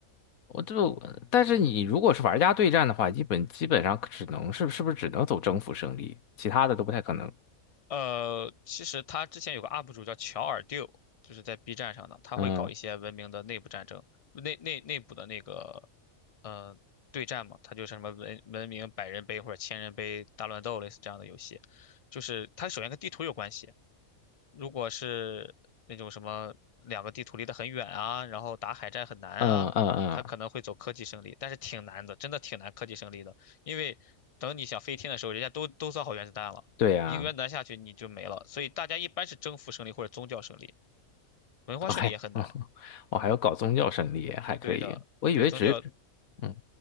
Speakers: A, on the left; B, on the left.
A: 我就，但是你如果是玩家对战的话，基本基本上只能是是不是只能走征服胜利，其他的都不太可能。
B: 呃，其实他之前有个 UP 主叫乔尔 d 就是在 B 站上的，他会搞一些文明的内部战争，
A: 嗯
B: 内内内部的那个呃对战嘛，他就是什么文文明百人杯或者千人杯大乱斗类似这样的游戏，就是它首先跟地图有关系，如果是那种什么两个地图离得很远啊，然后打海战很难啊，
A: 嗯嗯嗯，
B: 他可能会走科技胜利，但是挺难的，真的挺难科技胜利的，因为等你想飞天的时候，人家都都造好原子弹了，
A: 对呀、
B: 一个原子弹下去你就没了，所以大家一般是征服胜利或者宗教胜利，
A: <laughs>
B: 文化胜利也很难。
A: 我还我还要搞宗教胜利，
B: 嗯，
A: 还可以。
B: 对的，
A: 我以为只，
B: 对宗教，
A: 嗯，